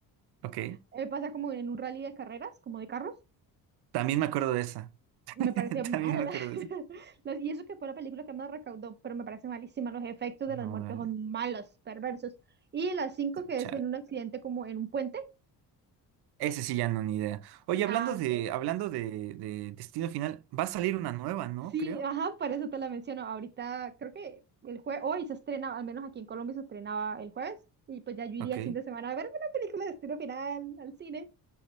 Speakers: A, on the right (about 85°); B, on the right (about 30°).
A: Ok.
B: Eh, pasa como en un rally de carreras, como de carros.
A: También me acuerdo de esa.
B: Me
A: <laughs>
B: parece mal.
A: También me acuerdo de
B: <laughs>
A: esa.
B: Las- Y eso que fue la película que más recaudó, pero me parece malísima. Los efectos
A: No,
B: de las muertes
A: órale.
B: son malos, perversos. Y la 5 que
A: Chale.
B: es en un accidente como en un puente.
A: Ese sí ya no ni idea. Oye,
B: Ah,
A: hablando
B: ok.
A: de, hablando de, de Destino Final, va a salir una nueva, ¿no?
B: Sí,
A: Creo.
B: ajá, por eso te la menciono. Ahorita creo que el jueves, hoy se estrena, al menos aquí en Colombia se estrenaba el jueves. Y pues ya yo iría
A: Ok.
B: el fin de semana a ver una película de estilo final al cine.